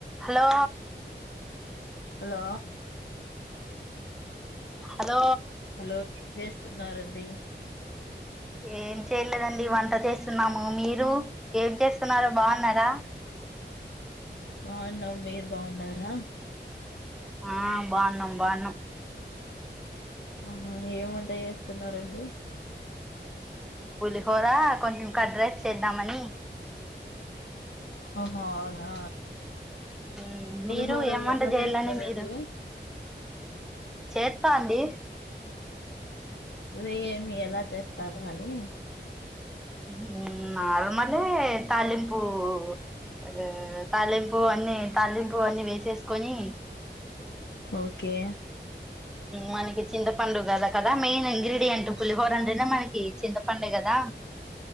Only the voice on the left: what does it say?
hello
hello ఏం చేస్తున్నారండి?
బాగున్నాం. మీరు బాగున్నారా?
ఆ ఏం వంట చేస్తున్నారండి?
ఒహో అవునా!
పులిహోర
ఎట్లా
చేస్తారండి
వే ఏమి ఎలా చేస్తారు అని!
ఓకే